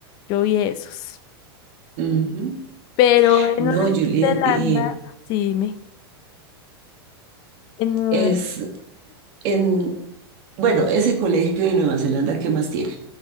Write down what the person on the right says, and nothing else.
Ujú.
No,
Juliet,
eh,
es en, bueno, ese colegio de Nueva Zelanda, ¿qué más tiene?